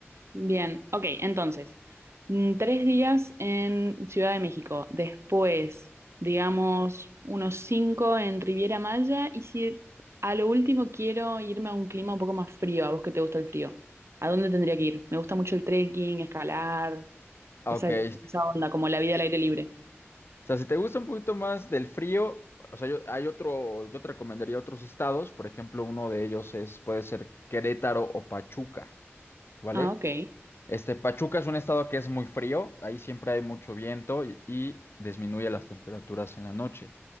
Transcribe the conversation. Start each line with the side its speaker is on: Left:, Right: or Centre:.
Right: Bien, ok, entonces, mm, tres días en Ciudad de México, después, digamos, unos cinco en Riviera Maya y si a lo último quiero irme a un clima un poco más frío, a vos que te gusta el frío, ¿a dónde tendría que ir? Me gusta mucho el trekking, escalar,
Left: Ok.
Right: esa, esa onda, como la vida al aire libre.
Left: O sea, si te gusta un poquito más del frío, o sea, yo, hay otro, yo te recomendaría otros estados, por ejemplo, uno de ellos es, puede ser Querétaro o Pachuca, ¿vale?
Right: Ah, ok,
Left: Este, Pachuca es un estado que es muy frío, ahí siempre hay mucho viento y, y disminuye las temperaturas en la noche.